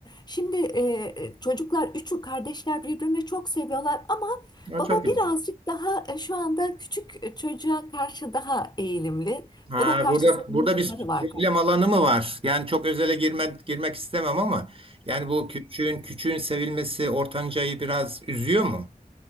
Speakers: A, on the left; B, on the right.
A: şimdi e, e, çocuklar üçü kardeşler birbirini çok seviyorlar ama
B: ya
A: baba
B: çok iyi.
A: birazcık daha e, şu anda küçük e, çocuğa karşı daha eğilimli.
B: Ha,
A: Ona karşı
B: burada
A: sorumlulukları
B: burada bir
A: var
B: problem alanı mı var? Yani çok özele girme, girmek istemem ama yani bu küçüğün küçüğün sevilmesi ortancayı biraz üzüyor mu?